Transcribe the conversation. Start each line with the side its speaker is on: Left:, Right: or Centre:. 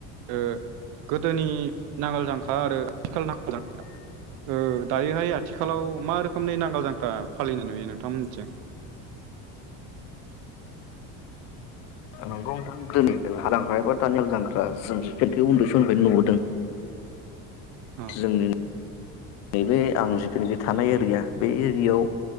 Right: ओ गोदोनि नांगाल जांखा आरो आथिखाल नांगाल जांखा ओ दायोहाय आथिखालाव मा रोखोम खोमनि नांगाल जांख्रा फालिनाय नुयो नोंथांमोन थिं?
Left: नंगौ नोंथां दिनै हालजांख्रा एबा दानि हालजांख्रा जों जिखो उन्दै समनिफ्रायनो नुबोदों।
Right: औ।
Left: जोंनि नैबे आं जिथुनिखि थानाय एरिया बे एरियायाव